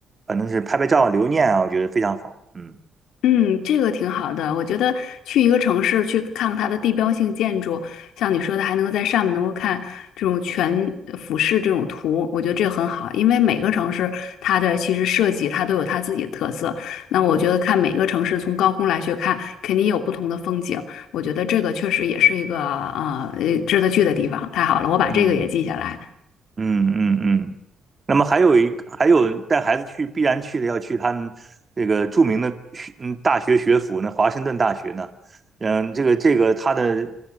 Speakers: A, on the right; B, on the left.
A: 反正是拍拍照留念啊，我觉得非常好。嗯
B: 嗯，这个挺好的。我觉得去一个城市去看它的地标性建筑，像你说的，还能够在上面能够看这种全呃俯视这种图，我觉得这个很好。因为每个城市它的其实设计它都有它自己的特色。那我觉得看每个城市从高空来去看，肯定有不同的风景。我觉得这个确实也是一个呃呃值得去的地方。太好了，我把这个也记下来。
A: 嗯，嗯嗯嗯。那么还有一个还有带孩子去必然去的要去他们这个著名的学嗯大学学府呢，华盛顿大学呢，嗯，这个这个他的